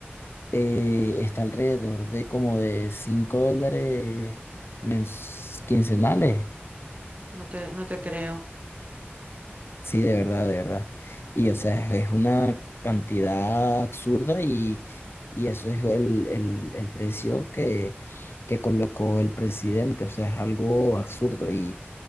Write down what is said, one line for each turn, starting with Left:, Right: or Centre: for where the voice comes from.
Left: eh, está alrededor de como de 5 dólares mens- quincenales.
Right: No te, no te creo.
Left: Sí, de verdad, de verdad. Y o sea, es una cantidad absurda y, y eso es el, el, el precio que, que colocó el presidente. O sea, es algo absurdo. Y